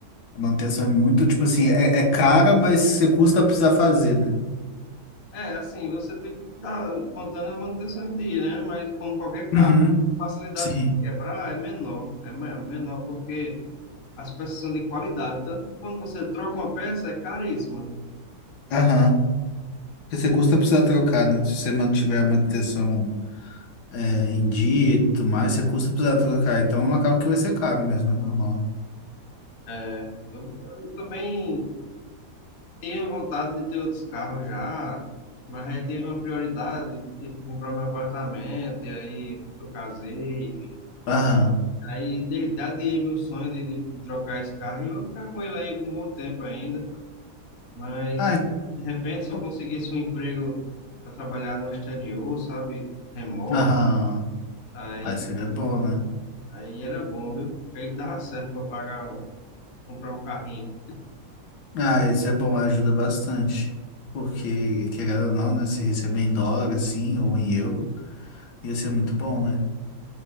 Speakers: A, on the left (about 75°); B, on the left (about 55°).
A: A manutenção é muito, tipo assim, é, é cara, mas você custa a precisar fazer, né?
B: É, assim, você tem que estar botando a manutenção em dia, né? Mas como qualquer carro,
A: Uhum,
B: a facilidade
A: sim.
B: de quebrar é menor, é me- menor porque as peças são de qualidade. Tanto que quando você troca uma peça, é caríssima.
A: Aham. Porque você custa precisar trocar, né? Se você mantiver a manutenção é, em dia e tudo mais, você custa precisar trocar. Então acaba que vai ser caro mesmo, é normal.
B: É, eu, eu também tenho vontade de ter outros carros já, mas aí teve uma prioridade, tive que comprar meu apartamento, e aí que eu casei,
A: Aham.
B: Aí de- daria meu sonho de, de- de trocar esse carro e eu vou ficar com ele aí um bom tempo ainda. Mas
A: Ai,
B: de repente, se
A: co-
B: eu conseguisse um emprego para trabalhar no exterior, sabe, remoto,
A: aham.
B: aí,
A: Ah, isso aí é bom, né?
B: aí era bom, viu? Porque Ele dava certo para pagar, o- comprar um carrinho.
A: Ah, isso é bom, ajuda bastante. Porque, querendo ou não, né? Se receber em dólar, assim, ou em euro. Ia ser muito bom, né?